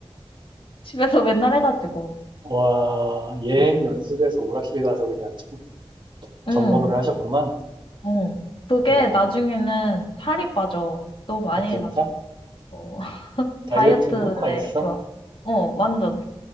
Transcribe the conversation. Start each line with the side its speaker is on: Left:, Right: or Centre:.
Left: 집에서 맨날 해가지고.
Right: 와, 예행
Left: 음.
Right: 연습해서 오락실 가서 그냥 정,
Left: 응,
Right: 정보를 하셨구만.
Left: 어. 그게
Right: 와,
Left: 나중에는 살이 빠져. 너무 많이
Right: 아 진짜?
Left: 해가지고. 어, <laughs>
Right: 다이어트
Left: 다이어트에
Right: 효과 있어?
Left: 좋아. 어, 완전.